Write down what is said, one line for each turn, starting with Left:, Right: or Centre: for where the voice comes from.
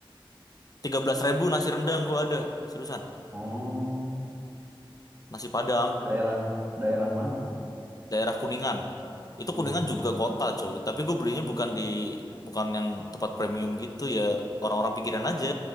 Left: 13.000 nasi rendang gue ada, seriusan.
Right: Oh,
Left: Nasi Padang
Right: daerah daerah mana?
Left: daerah Kuningan. Itu
Right: Kun.
Left: Kuningan juga kota, coy. Tapi gue belinya bukan di bukan yang tempat premium gitu ya, orang-orang pinggiran aja.